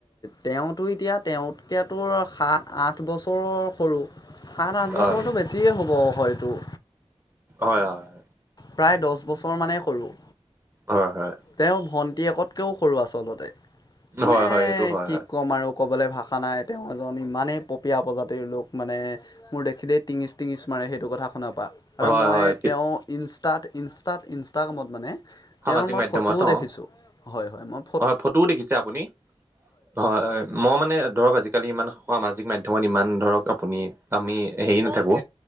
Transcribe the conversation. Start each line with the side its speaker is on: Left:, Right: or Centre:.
Left: তেওঁতো এতিয়া তেওঁতকৈাতো আৰু সা আঠ বছৰৰ সৰু, সাত
Right: হয়
Left: আঠ বছৰটো বেছিয়ে হ'ব হয়টো।
Right: হয় হয়।
Left: প্ৰায় দছ বছৰমানেই সৰু।
Right: হয় হয়।
Left: তেওঁ ভণ্টি একতকৈও সৰু আচলতে মানে
Right: হয় হয় হয়
Left: এ
Right: সেইটো হয়
Left: কি ক'ম আৰু, ক'বলৈ ভাষা নাই তেওঁ এজন ইমানেই পপীয়া প্ৰজাতিৰ লোক মানে, মোৰ দেখিলেই টিঙিচ টিঙিচ মাৰে সেইটো কথা শুনা পা।
Right: হয়
Left: আৰু মই
Right: হয় হয়
Left: তেওঁ ইনষ্টাত ইনষ্টাত ইনষ্টাগ্ৰামত মানে,
Right: সামাজিক
Left: তেওঁৰ মই
Right: মাধ্যমত
Left: ফটোও দেখিছোঁ
Right: অ',
Left: হয় হয় মই,
Right: হয় ফটোও দেখিছে আপুনি, হয় হয়। মই মানে ধৰক আজিকালি ইমান সামাজিক মাধ্যমত ইমান ধৰক আপুনি, আমি হেৰি নাথাকো